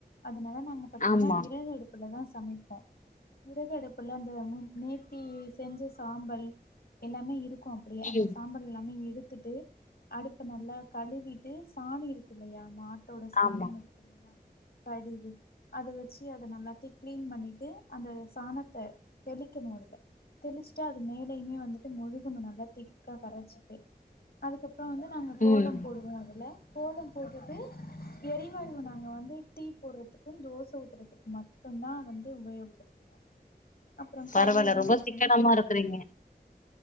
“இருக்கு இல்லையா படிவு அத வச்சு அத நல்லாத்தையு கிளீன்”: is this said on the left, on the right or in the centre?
Left